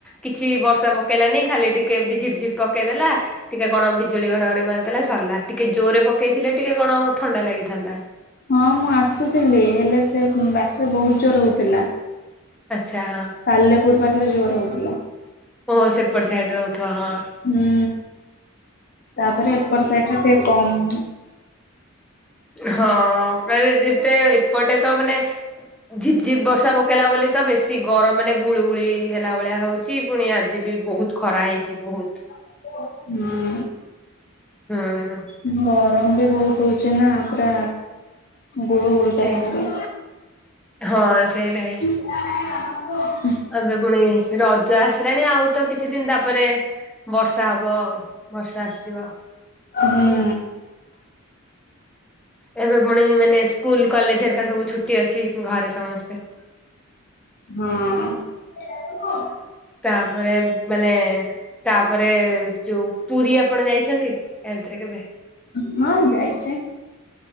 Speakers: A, in the centre; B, on the left.
A: କିଛି ବର୍ଷା ପକେଇଲାନି ଖାଲି ଟିକେ ଏମତି ଝିପ ଝିପ ପକେଇଦେଲା। ଟିକେ କଣ ବିଜୁଳି ଘଡଘଡି ମାରିଦେଲା ସରିଲା। ଟିକେ ଜୋରରେ ପକେଇଥିଲେ ଟିକେ କଣ ଥଣ୍ଡା ଲାଗିଥାନ୍ତା।
B: ହଁ ମୁଁ ଆସୁଥିଲି ହେଲେ ସେ ବାଟରେ ବହୁତ ଜୋର ହଉଥିଲା।
A: ଆଚ୍ଛା ହଁ।
B: ସାଲେପୁର ପାଖରେ ଜୋର ହଉଥିଲା।
A: ଓହୋ, ସେପଟ ସାଇଡ୍ ରେ ହଉଥିବ ହଁ।
B: ହୁଁ, ତାପରେ ଏପଟ ସାଇଟ୍ ରେ ଟିକେ କମ୍।
A: ହଁ କାରଣ ଯେତେ ଏ ପଟେ ତ ମାନେ ଝିପ୍ ଝିପ୍ ବର୍ଷା ପକେଇଲା ବୋଲି ତ ବେଶୀ ଗରମ ମାନେ ଗୁଳୁ ଗୁଳି ହେଲା ଭଳିଆ ହଉଛି। ପୁଣି ଆଜି ବି ବହୁତ ଖରା ହେଇଛି ବହୁତ।
B: ହୁଁ।
A: ହଁ।
B: ଗରମ ବି ବହୁତ ହଉଛି ନା ପୁରା ଗୁଳୁଗୁଳିଟା
A: ସେଇ
B: ଯେମିତି।
A: ହଁ ସେଇଟା ହି।
B: <inaudible>
A: ଏବେ ପୁଣି ରଜ ଆସିଲାଣି ଆଉ ତ କିଛି ଦିନ ତାପରେ ବର୍ଷା ହବ ଆଉ, ବର୍ଷା ଆସିବ।
B: ହୁଁ
A: ଏ ଏବେ ପୁଣି ମାନେ ସ୍କୁଲ୍ କଲେଜ୍ ହେରକା ସବୁ ଛୁଟି ଅଛି ଘରେ ସମସ୍ତେ।
B: ହଁ।
A: ତାପରେ ମାନେ ତାପରେ ଯୋଉ, ପୁରୀ ଆପଣ ଯାଇଛନ୍ତି ଆ ଭିତରେ କେବେ?
B: ହଁ ମୁଁ ଯାଇଛି।